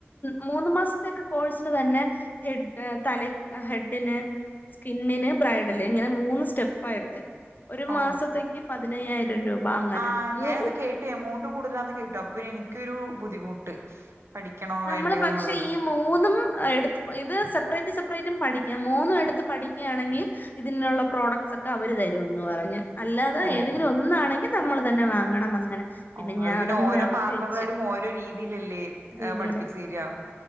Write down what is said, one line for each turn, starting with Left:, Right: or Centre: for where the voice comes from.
Left: മൂന്ന് മാസത്തൊക്കെ കോഴ്സിന് തന്നെ ഹെഡ് തല ഹെഡിന് സ്കിന്നിന് ബ്രൈഡല് ഇങ്ങനെ മൂന്ന് സ്റ്റെപ്പായിറ്റ് ഒരു
Right: ഓ
Left: മാസത്തേക്ക് പതിനയ്യായിരം രൂപ അങ്ങനെ
Right: ആഹ്
Left: മൂ
Right: ഞാനത് കേട്ടു എമൗണ്ട് കൂടുതലാന്ന് കേട്ടു അപ്പൊപിന്നെ എനിക്കൊരു ബുദ്ധിമുട്ട്. പഠിക്കണോ
Left: നമ്മള്
Right: വേണ്ടയോ
Left: പക്ഷെ
Right: എന്നുള്ളത്
Left: ഈ മൂന്നും എടുത്ത് ഇത് സെപ്പറേറ്റ് സെപ്പറേറ്റും പഠിക്കാം മൂന്നും എടുത്ത് പഠിക്കുകയാണെങ്കി ഇതിനുള്ള പ്രോഡക്ട്സ് ഒക്കെ അവര് തരുംന്ന് പറഞ്ഞ്. അല്ലാതെ
Right: ഓ
Left: ഏതെങ്കിലും ഒന്നാണെങ്കിൽ നമ്മൾ തന്നെ വാങ്ങണം അങ്ങനെ
Right: ഓഹ്
Left: ഞാൻ
Right: അത് പിന്നെ
Left: അതങ്ങ്
Right: ഓരോ
Left: നിർത്തി
Right: പാർലർകാരും
Left: വെച്ച്
Right: ഓരോ രീതിയിലല്ലേ
Left: രീതിയില്
Right: ഏഹ് പഠിപ്പിച്ച് തരാ